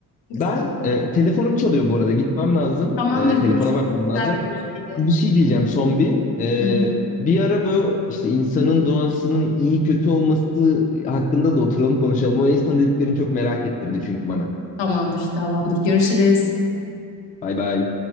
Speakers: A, on the left; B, on the left.
A: Güzel
B: Ben
A: olur.
B: e, telefonum çalıyor bu arada. Gitmem lazım.
A: Tamamdır
B: E,
A: görüşürüz.
B: telefona bakmam
A: Güzel
B: lazım.
A: bir görüşmeydi.
B: Bir şey diyeceğim son bir. E,
A: Hı hı.
B: bir ara böyle işte insanın doğasının iyi kötü olması hakkında da oturalım konuşalım. O en son dediklerini çok merak ettirdi çünkü bana.
A: Tamamdır tamamdır görüşürüz.
B: Bay bay.